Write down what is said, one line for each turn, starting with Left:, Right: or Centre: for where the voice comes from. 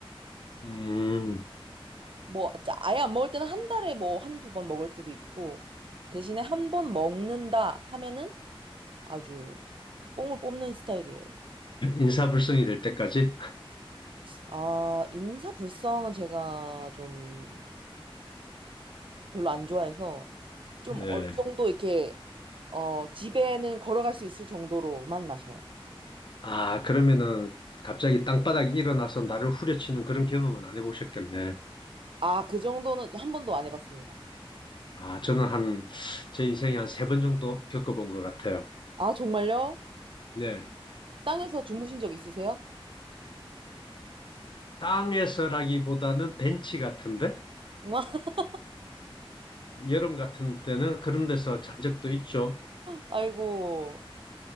Left: 음,
Right: 뭐, 자- 아예 안 먹을 때는 한 달에 뭐 한두 번 먹을 때도 있고, 대신에 한 번 먹는다 하면은 아주 뽕을 뽑는 스타일이에요.
Left: 인사불성이 될 때까지?
Right: 아, 인사불성은 제가 좀 별로 안 좋아해서 좀
Left: 예.
Right: 어느 정도 이렇게, 어, 집에는 걸어갈 수 있을 정도로만 마셔요.
Left: 아, 그러면은 갑자기 땅바닥에 일어나서 나를 후려치는 그런 경험은 안 해보셨겠네.
Right: 아, 그 정도는 한 번도 안 해봤습니다.
Left: 아, 저는 한, 제 인생에 한 세 번 정도 겪어본 것 같아요.
Right: 아, 정말요?
Left: 네.
Right: 땅에서 주무신 적 있으세요?
Left: 땅에서라기보다는 벤치 같은데
Right: <laughs>
Left: 여름 같은 때는 그런 데서 잔 적도 있죠.
Right: 아이고.